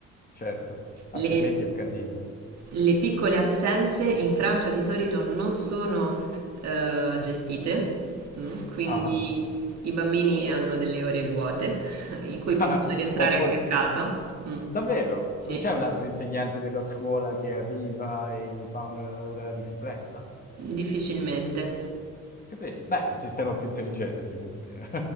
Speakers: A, on the left (about 30°); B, on the right (about 60°).
A: certo, altrimenti
B: le,
A: è un casino.
B: le piccole assenze in Francia di solito non sono eh, gestite, mm, quindi
A: Ah,
B: i bambini hanno delle ore vuote <laughs> in cui possono
A: ah.
B: rientrare
A: <laughs> o forse...
B: anche a casa. Mm,
A: Davvero?
B: sì,
A: Non c'è un altro insegnante della scuola che arriva e gli fa un'ora di supplenza?
B: difficilmente.
A: Capito? Beh, è un sistema più intelligente, secondo me.